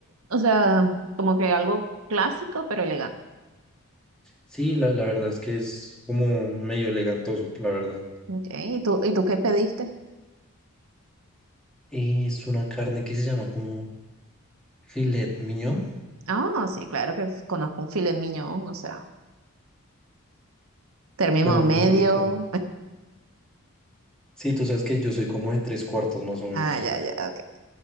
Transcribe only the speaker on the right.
o sea, como que algo clásico pero elegante.
Okay. ¿Y tú, y tú qué pediste?
Ah, no, sí, claro que conozco un filet mignon, o sea, término
medio.
Ah, ya, ya, ok.